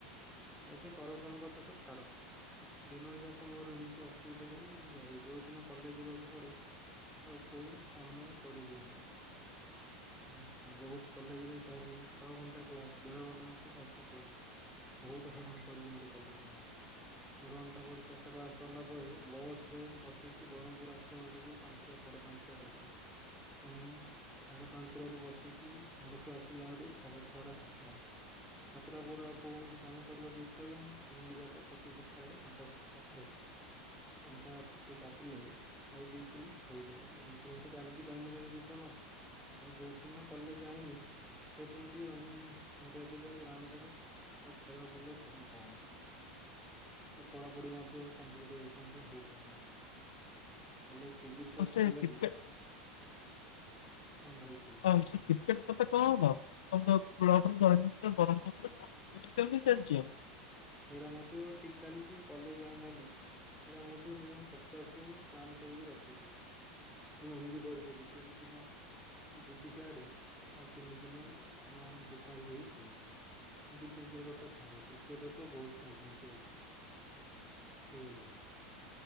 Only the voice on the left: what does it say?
ଆଉ
ସେ କ୍ରିକେଟ
ହଉ ସେ କିକ୍ରେଟ କ ତ <unintelligible> ଏଇଟା କେମିତି ଚାଲିଛି ଆଉ।